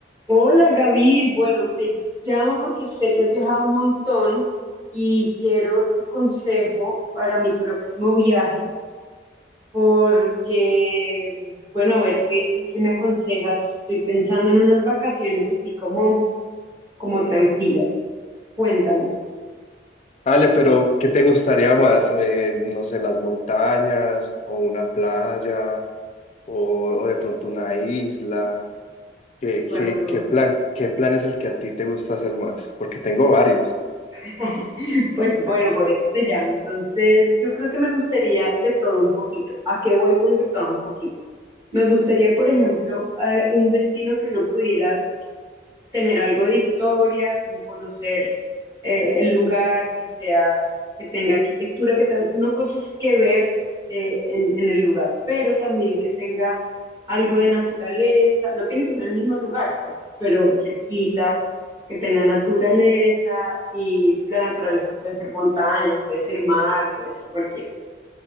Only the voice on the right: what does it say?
Hola Gaby, bueno, te llamo porque sé que has viajado un montón y quiero tu consejo para mi próximo viaje, porque, bueno, a ver, ¿qué, qué, qué me aconsejas? Estoy pensando en unas vacaciones así como, como tranquilas. Cuéntame.
Bueno,
no.
<laughs> Pues bueno, por eso te llamo. Entonces, yo creo que me gustaría de todo un poquito. ¿A qué voy con de todo un poquito? Me gustaría, por ejemplo, eh, un destino que uno pudiera tener algo de historia, como conocer eh, el lugar, que sea, que tenga arquitectura, que tenga uno cosas que ver eh, en, en el lugar, pero también que tenga algo de naturaleza, no tiene que ser el mismo lugar, pues, pero cerquita, que tenga naturaleza y la naturaleza pueden ser montañas, puede ser mar, puede ser cualquiera.